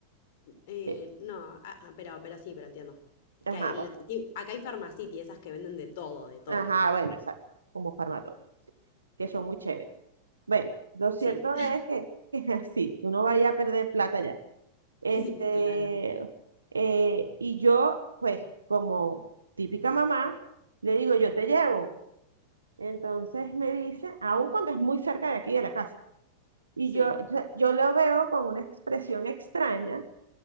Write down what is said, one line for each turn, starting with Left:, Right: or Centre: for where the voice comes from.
Left: Eh,
Right: eh,
Left: no, ah, ah, pero, pero sí, pero entiendo.
Right: ajá,
Left: Que hay, le-
Right: bueno,
Left: ti- acá hay Farmacity, esas que venden de todo, de todo.
Right: ajá, bueno, exacto, como Farmatodo, que
Left: Mm,
Right: son muy chéveres. Bueno, lo cierto
Left: Sí,
Right: es que, <laughs> que sí, uno vaya a perder plata ya. Este,
Left: <laughs> claro.
Right: eh, y yo, pues, como típica mamá, le digo, yo te llevo. Entonces me dice, aun cuando es muy cerca de aquí de la casa, y
Left: Sí,
Right: yo, o sea, yo lo veo con una expresión extraña